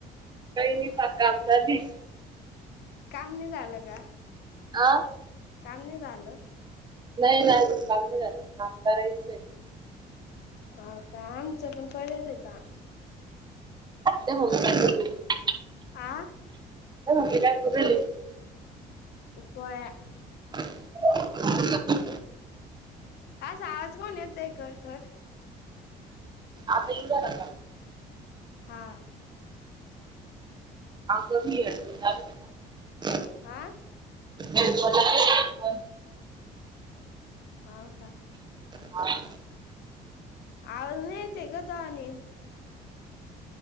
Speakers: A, on the right (about 25°); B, on the left (about 75°).
A: काही नाही पा काम चालूय.
B: काम नाही झाला का.
A: अ
B: काम नी झालं.
A: नाही नाही अज काम नाही जात काम करायचं आहे.
B: हो का आमचं पण पडेल काम.
A: ते बोल <unintelligible>
B: आ
A: रारली <unintelligible>
B: इप <unintelligible>
A: <unintelligible>
B: आज आवाज कोन येतोय खर खर.
A: आता इव राहिला का.
B: हां
A: ह गमी, हेड फोन लावले ना.
B: आं
A: हेड फोन लावेल हे हेड फोन.
B: होव का.
A: हा.
B: आवाज नाही येतय तुणी आणि.